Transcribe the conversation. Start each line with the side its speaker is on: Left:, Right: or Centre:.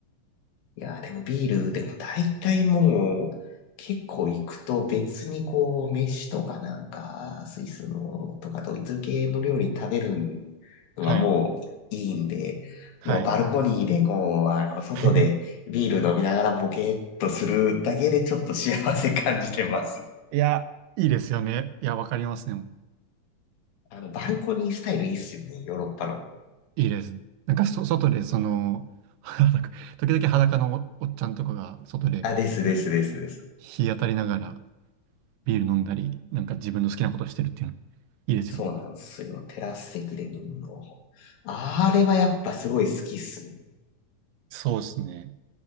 Left: いやー、でもビール、でも大体もう、結構行くと別にこう、飯とかなんか、スイスのとかドイツ系の料理食べるのはもういいんで、
Right: はい。はい。
Left: もうバルコニーでこう、あの、外でビール飲みながらボケっとするだけでちょっと幸せ感じてます。
Right: <laughs> いや、いいですよね。いや、わかりますね。
Left: あの、バルコニースタイルいいっすよね、ヨーロッパの。
Right: いいです。なんかそ、外で、その、裸時々裸のお、おっちゃんとかが、外で
Left: あ、ですですですです。
Right: 日当たりながらビール飲んだり、なんか自分の好きなことしてるっていうの、いいですよね。
Left: そうなんですよ。テラス席で飲むの。あれはやっぱすごい好きっすね。
Right: そうですね。